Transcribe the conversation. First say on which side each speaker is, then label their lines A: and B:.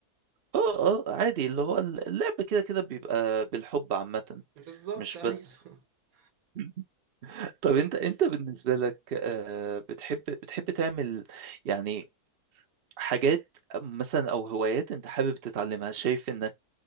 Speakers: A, on the right (about 50°); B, on the right (about 65°).
A: اه عادي اللي هو اللعب كده كده بيبقى بالحب عامة
B: بالظبط
A: مش
B: ايوه
A: بس
B: <laughs>
A: <laughs> طب
B: طب
A: انت
B: انت
A: انت بالنسبة لك آه، بتحب بتحب تعمل يعني حاجات مثلا او هوايات انت حابب تتعلمها شايف انك